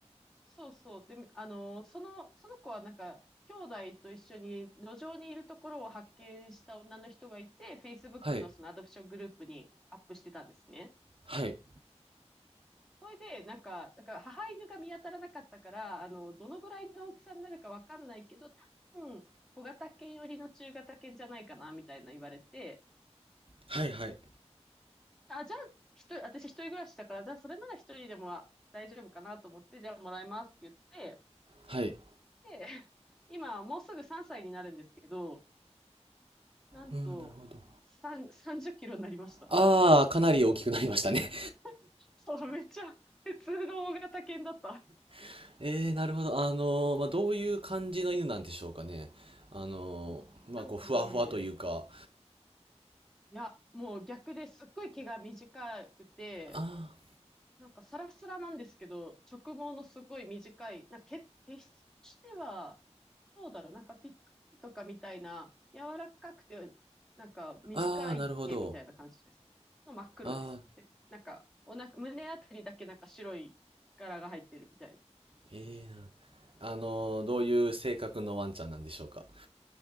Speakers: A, in the centre; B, on the right.
A: そうそう、で、あの、その、その子はなんか、兄弟と一緒に路上にいるところを発見した女の人がいて、Facebook
B: はい。
A: のそのアドプショングループにアップしてたんですね。
B: はい。
A: それで、なんか、だから母犬が見当たらなかったから、あの、どのぐらいの大きさになるかわかんないけど、多分、小型犬寄りの中型犬じゃないかな、みたいな言われて、
B: はい、はい。
A: あ、じゃあ、一人、私一人暮らしだから、じゃあそれなら一人でもは大丈夫かなと思って、じゃあもらいますって言って、
B: はい。
A: で、<laughs> 今もうすぐ3歳になるんですけど、なんと、
B: うん、なるほど。
A: 3、30キロになりました。
B: ああ、かなり大きくなりましたね
A: <laughs> そう、めっちゃ普通の大型犬だった。
B: <laughs> えー、なるほど。あのーまあ、どういう感じの犬なんでしょうかね。あのーまあ、
A: なんかね、
B: こう、ふわふわというか。
A: いや、もう逆ですっごい毛が短くて、
B: あ
A: なんかサラサラなんですけど、直毛のすごい短い、なんか毛、毛質としては、どうだろう、なんかピッタリとかみたいな、柔らかくて、なんか短い毛みたいな感じです。
B: あ、ああ、なるほど。
A: の真っ黒です。
B: ああ、
A: で、なんか、おな、胸あたりだけなんか白い柄が入ってるみたい
B: ええなるほど。あのーどういう性格のワンちゃんなんでしょうか。